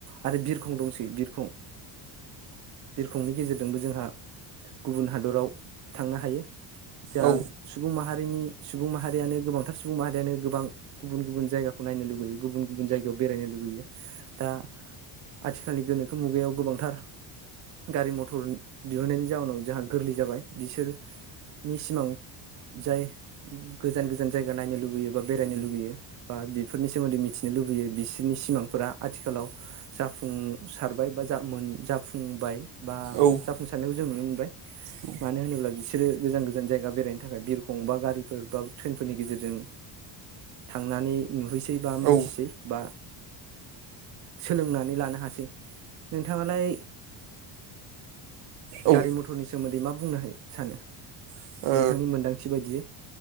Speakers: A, on the right; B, on the right.
A: आरो बिरखं दंसै बिरखं बिरखंनि गेजेरजों जों जोंहा गुबुन हादराव थांनो हायो। जा
B: औ
A: सुबुं माहारिनि सुबुं माहारियानो गोबांथार सुबुं माहारियानो गोबां गुबुन गुबुन जायगाखौ नायनो लुगैयो गुबुन गुबुन जायगायाव बेरायनो लुगैयो दा आथिखालनि गोनोखो मुगायाव गोबांथार गारि मथर दिहुननायनि जाउनाव जोंहा गोरलै जाबाय बिसोरनि सिमां जाय गोजान गोजान जायगा नायनो लुबैयो बा बेरायनो लुुबैयो बा बिफोरनि सोमोन्दै मिथिनो लुबैयो बिसोरनि सिमांफोरा आथिखालाव जाफुंसारबाय बा जा जाफुंबाय। बा
B: औ
A: जाफुंसारनायाव जों मानो
B: औ
A: होनोब्ला बिसोरो गोजान गोजान जायगा बेरायनो थाखाय बिरखं बा गारिफोर बा ट्रेनफोरनि गेजेरजों थांनानै नुहैसिग बा मिथिसै
B: औ
A: बा सोलोंनानै लानो हासै नोंथांङालाय
B: औ
A: गारि मथुर- सोमोन्दै मा बुंनो हायो सानो
B: ओ
A: नोंथांनि मोनदांथि बायदियै